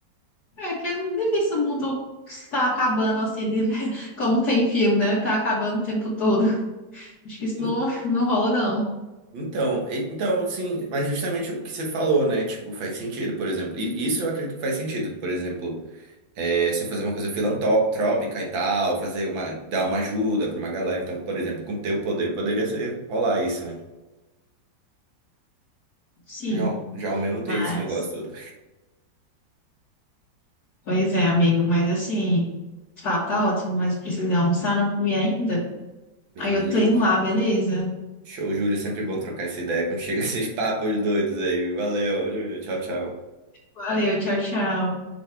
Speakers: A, on the left; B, on the right.
A: é que é difícil o mundo estar acabando, assim, de, <laughs> como tem em filme, né? Ficar acabando o tempo todo. Acho que isso
B: En-
A: não, não rola, não.
B: Então, e- então, sim, mas justamente o que você falou, né? Tipo, faz sentido, por exemplo. E isso eu acredito que faz sentido, por exemplo. é, você fazer uma coisa filantrópica e tal, fazer uma, dar uma ajuda pra uma galera. Então, por exemplo, com teu poder poderia ser rolar isso, né?
A: Sim,
B: Já, o- já o meu não
A: mas...
B: tem esse negócio todo.
A: Pois é, amigo, mas assim... O papo tá ótimo, mas eu preciso almoçar, não comi ainda.
B: Beleza.
A: Aí eu tô indo lá, beleza?
B: Show, Júlio. é Sempre bom trocar essa ideia contigo, <laughs> esses papos doidos aí. Valeu, Júlio. Tchau, tchau.
A: Valeu, tchau, tchau.